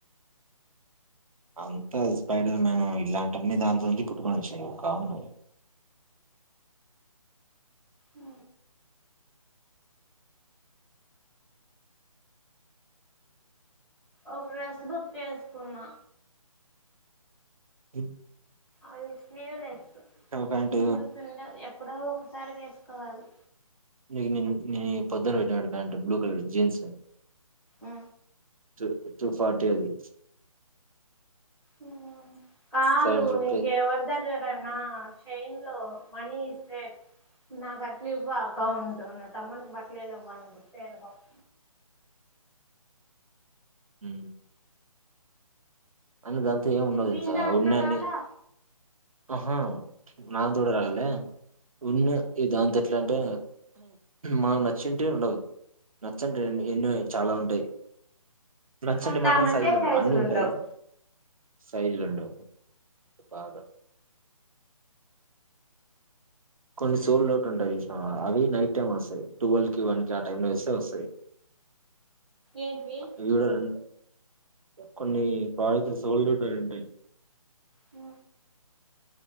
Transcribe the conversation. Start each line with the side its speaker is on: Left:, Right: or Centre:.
Right: అంత స్పైడల్ మ్యాన్ ఇలాంటిన్న దాంతో నుంచి పుట్టుకొని వచ్చాయి కామన్
Centre: ఉ ఒక డ్రెస్ బుక్ చేసుకున్నా
Right: ఇ
Centre: అది స్లీవ్లెస్
Right: ప్యాంట్
Centre: స్లీవ్స్ండ నేను <unintelligible> ఎప్పుడో ఒకసారి వేసుకోవాలి
Right: నీకు నీ నీ పొద్దున పెట్టినాడు ప్యాంట్ బ్లూ కలర్ జీన్స్
Centre: అ
Right: టూ టూ ఫార్టీ అది
Centre: ఊ కాదు
Right: సెవెన్ ఫిఫ్టీ
Centre: నీకు ఎవరిదగ్గరన్న షై ఇందులో మనీ ఇస్తే నాకు అట్ల ఇవ్వు అకౌంట్ నా తమ్మనికి బట్టలే లేవ్ <inaudible>
Right: ఉ అని దాంతో ఏమి ఉండదు
Centre: వీన్
Right: తెలుసా
Centre: దాంట్లో
Right: ఉన్నయాన్ని
Centre: రాలా
Right: ఆహా నా తూడరాలలేే ఉన్న ఈ దాంతో ఎట్లా అంటే మనం నచ్చింటే ఉండదు నచ్చింది ఎన్నో చాలా ఉంటాయి నచ్చండి
Centre: కొందామంటే
Right: మాత్రం సైజులు అన్ని ఉంటాయి
Centre: ఉండవు
Right: సైజులు ఉండవ్ బాగా కొన్ని సోల్ అట్ ఉంటాయి చూసినవ అవి నైట్ వస్తాయి టువెల్ కి వన్ కి ఆ టైమ్ లో వస్తే వస్తాయి
Centre: ఏంటివి
Right: ఇవి కూడా రెండు కొన్ని ప్రోడక్ట్స్ సోల్డ్ ఔట్ అని ఉంటాయి
Centre: అ